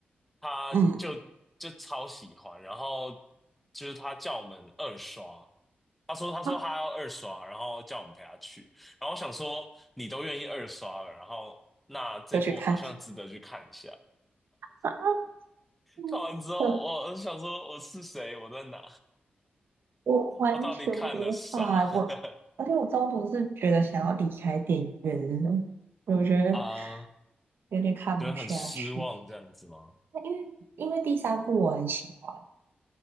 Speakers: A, in the centre; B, on the right.
A: 他就就超喜欢，
B: 嗯，
A: 然后就是他叫我们二刷，他说他说他要二刷，
B: 啊，
A: 然后叫我们陪他去。然后我想说你都愿意二刷了，然后那这部好像值得去看一下。
B: 就去看啊，嗯，
A: 看完之后，
B: 呃
A: 我我想说我是谁，我在哪，
B: 我完全无法，
A: 我到底看了啥？
B: 我而且我中途是觉得想要离开电影院的那种，
A: <laughs>
B: 我觉得
A: 啊
B: 有点看不下去。
A: 觉得很失望这样子吗？
B: 因为因为第三部我很喜欢，